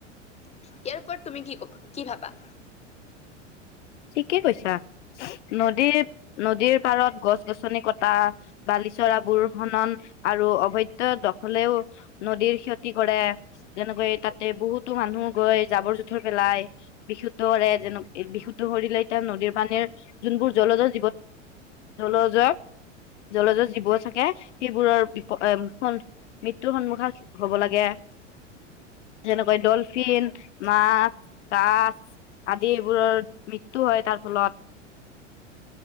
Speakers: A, on the left (about 15°); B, on the left (about 65°).
A: ইয়াৰ ওপৰত তুমি কি ক'বা কি ভাবা?
B: ঠিকে কৈছা। নদীৰ নদীৰ পাৰত গছ-গছনি কটা। বালিচৰা বোৰ খনন আৰু অবৈধ দখলেও নদীৰ ক্ষতি কৰে যেনেকৈ তাতে বহুত টো মানুহ গৈ জাবৰ-জোথৰ পেলাই, বিশুদ্ধ কৰে যেনেকৈ বিশু কৰিলে এতিয়া নদীৰ পানীৰ যোনবোৰ জলজ জীৱন জলজ জলজ জীৱ থাকে, সেইবোৰৰ বি <unintelligible> ফ মৃত্যুৰ সন্মুখা হ'ব লাগে যেনেকৈ ডলফিন, মাছ, কাছ আদি এইবোৰৰ মৃত্যু হয় তাৰ ফলত।